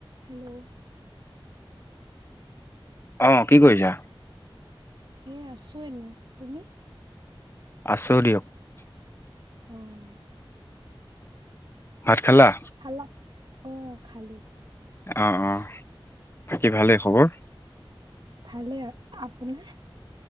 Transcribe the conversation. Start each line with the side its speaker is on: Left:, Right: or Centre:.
Right: Hello
Left: অ, কি কৰিছা।
Right: হে আছো এনেই, তুমি?
Left: আচৰি দিয়ক।
Right: উম।
Left: ভাত খালা?
Right: খালা? অ' খালো।
Left: অ, অ, বাকী ভালেই খবৰ।
Right: ভালে আৰু, আপোনাৰ